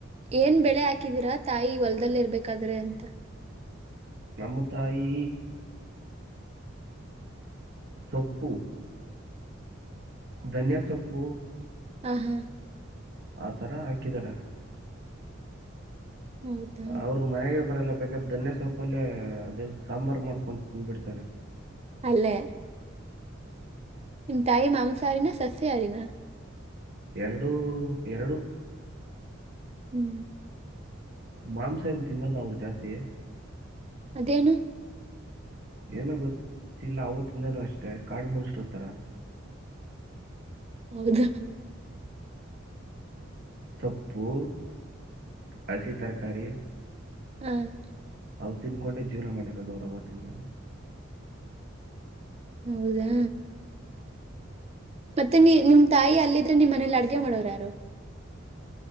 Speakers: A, on the right; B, on the right.
A: ಏನ್ ಬೆಳೆ ಹಾಕಿದೀರಾ ತಾಯಿ ಹೊಲ್ದದಲ್ಲಿ ಇರ್ಬೇಕಾದ್ರೆ ಅಂತ
B: ನಮ್ಮ ತಾಯಿ ಸೊಪ್ಪು ಧನ್ಯ ಸೊಪ್ಪು
A: ಹ್ಮ ಹ್ಮ್
B: ಆತರ ಹಾಕಿದಾರ
A: ಹೌದಾ
B: ಅವ್ರು ಮನೆಗೆ ಬರಲ್ಲ ಬೇಕಾದ ಧನ್ಯ ಸೊಪ್ಪಲ್ಲೇ ಅದೇ ಸಾಂಬಾರ್ ಮಾಡ್ಕೊಂತ ತಿಂದ ಬಿಡ್ತಾರೆ
A: ಅಲ್ಲೇ ನಿಮ್ ತಾಯಿ ಮಾಂಸ ಹಾರಿನ ಸಸ್ಯ ಹಾರಿನ
B: ಎರಡು ಎರಡು
A: ಹ್ಮ್
B: ಮಾಂಸ ಎನ್ನ ತಿನ್ನಲ್ಲ ಅವ್ರು ಜಾಸ್ತಿ
A: ಅದೇನು
B: ಏನ ಗತ್ತು ಇಲ್ಲ ಅವತ್ತಿಂದಾನ ಅಷ್ಟೆ ಕಾಡು ಮನುಸರುತ್ತರ
A: ಹೌದಾ
B: ಸೊಪ್ಪು ಹಸಿ ತರಕಾರಿ
A: ಹ್ಮ್
B: ಅವು ತಿಂದುಕೊಂಡೆ ಜೀವನ ಮಾಡಿರೋದು ದೌರವಿಂದಾನ
A: ಹೌದಾ ಮತ್ತೆ ನೀ ನಿಮ ತಾಯಿ ಅಲ್ಲಿ ನಿಮ್ಮ ಮನೇಲಿ ಅಡ್ಗೆ ಮಾಡೋರು ಯಾರು